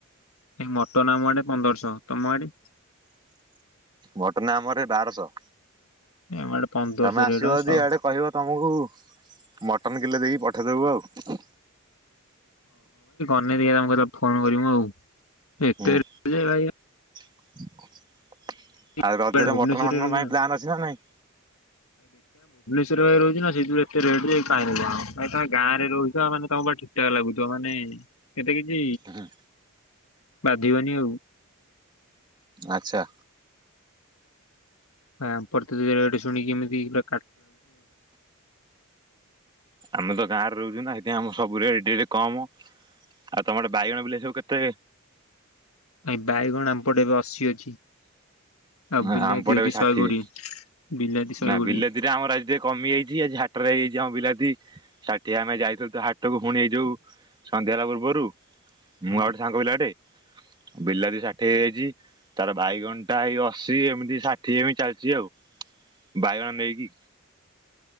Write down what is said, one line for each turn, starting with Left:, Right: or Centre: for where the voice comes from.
Left: ଏ ମଟନ ଆମ ଆଡେ ପନ୍ଦରଶହ ତମ ଆଡେ।
Right: ଘଟନା ଆମର ଏ ବାରଶହ
Left: ଆମ ଆଡେ ପନ୍ଦରଶହ
Right: ତମେ ଆସିବ
Left: ରେଟ
Right: ଯଦି
Left: ଶହେ
Right: ଆଆଡେ କହିବ ତମକୁ ମଟନ କିଲେ ଦେଇକି ପଠାଇ ଦେେବୁ ଆଉ
Left: ାଇି ମୁ ଫୋନ କରିମୁ ଆଉ ଏତେ
Right: ହୁଁ।
Left: ଭାଇ
Right: <unintelligible>
Left: କୁଆଡେ
Right: ଆଉ ରଜରେ
Left: ଭୁବନେଶ୍ୱରରେ
Right: ବଟନ ଫଟନ
Left: ରହୁଛୁ
Right: ପାଇଁ ପ୍ଲାନ ଅଛି ନା ନାଇଁ
Left: ରହୁଛି ନା ସେଥିରୁ ଏତରେଟ ଯାଇ କାଇଁ ହଁ ଭାଇ ତମ ଗଁରେ ରହୁଛ ମେ ତମ ଠିକଠା ଲାଗୁିବ ମାନେ ଏତେ କିଛି
Right: ହୁଁ
Left: ବାଧିବନି ଆଉ
Right: ଆଚ୍ଛା
Left: ହଁ ପ୍ର ଦରେ ଏ ଶୁଣିକିମିତି ହ
Right: ଆମେ ତ ଗାଁରେ ରହୁଛୁ ନା। ଆଞ ଆମ ସବୁ ରେ କମ ଆଉ ତମର ବାଇଗଣ ବିଲ ସବୁ କେତେ
Left: ଭାଇ ବାଇଗଣ ଆମପଟେ ଏବେ ଅଶୀ ଅଛି। ଆଉ
Right: ହ
Left: ବିଲାତି
Right: ଆମ ପଡେବେ
Left: ଅଛି
Right: ଷାଠିଏ
Left: ଶହେ କୋଡିଏ ବିଲାତି ଶହେ
Right: ନା
Left: କୋଡିଏ
Right: ବିଲାତିରେ ଆମର ଆ ଟେ କମି ଯାଇଛି ଆଜି ାଟରେ ହେଇଯାଇଛି ଆମ ବିଲାତି ଷାଠିଏ ଆମେ ଯାଇଥିଲୁ ତ ହାଟକୁ ପୁଣି ଏଇ ଯାଉଉ ସନ୍ଧ୍ୟା ହେଲା ପୂର୍ବରୁ ମୁଁ
Left: ହଁ।
Right: ଆଉଟେ ସାଙ୍ଗ ପିଲାଟେ ବିଲାତି ଷାଠି ହେଇଯାଇଛି ତାର ବାଇଗଣ୍ଟା ହେଇ ଅଶୀ ଏମିତି ଷାଠିଏ ଏମି ଚାଲିଛି ଆଉ ବାଇଗଣ ନେଇକି